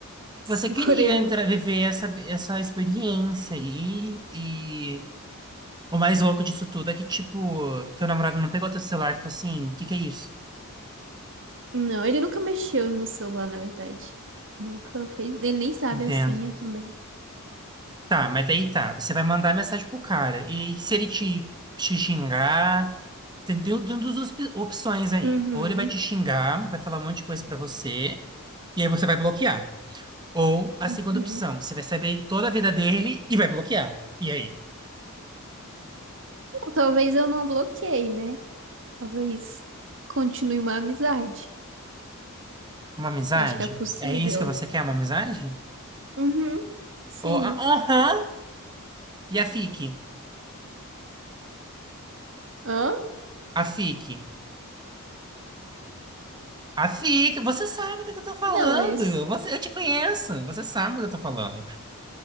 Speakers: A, on the right (about 60°); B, on the right (about 20°).
A: <laughs>
B: você queria
A: o coreano.
B: entrar, viver essa, essa experiência aí, e o mais louco disso tudo é que, tipo, teu namorado não pegou teu celular e falou assim, o que que é isso?
A: Não, ele nunca mexeu no meu celular, na verdade. Nunca fez. Ele nem sabe
B: Entendo.
A: a senha também.
B: Tá, mas daí tá, você vai mandar mensagem pro cara, e se ele te, te xingar, tem tem duas op- opções aí,
A: Uhum,
B: ou ele vai te xingar, vai falar um monte de coisa pra você, e aí você vai bloquear, ou a segunda
A: uhum.
B: opção, você vai saber toda a vida dele e vai bloquear, e aí?
A: Talvez eu não bloqueei, né? Talvez continue uma amizade.
B: Uma amizade?
A: Acho que é possível.
B: É isso que você quer, uma amizade?
A: Uhum, sim.
B: Oh, aham. E a FIC?
A: Hã?
B: A FIC. A FIC, você sabe do que eu tô falando.
A: Não, mas.
B: Você, eu te conheço. Você sabe do que eu tô falando.